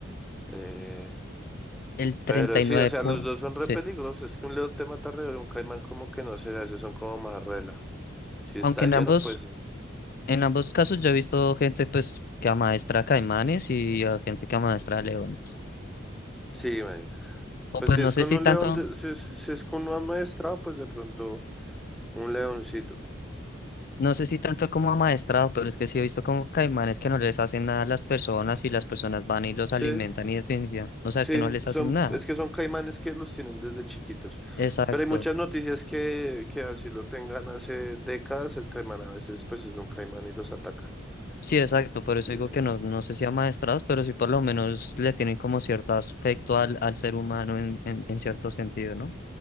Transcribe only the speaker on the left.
El 39
punto,
sí.
Aunque en
ambos,
en ambos casos yo he visto gente pues que amaestra caimanes y a gente que amaestra leones.
O
pues
no
sé si
tanto,
no sé si tanto como amaestrado, pero es que sí he visto como caimanes que no les hacen nada a las personas y las personas van y los
alimentan y definitivamente, No
sabes que no les
hacen nada.
Exacto.
Sí, exacto,
por eso
digo que no, no sé si amaestrados, pero sí por lo menos le tienen como cierto aspecto al, al ser humano en, en, en cierto sentido, ¿no?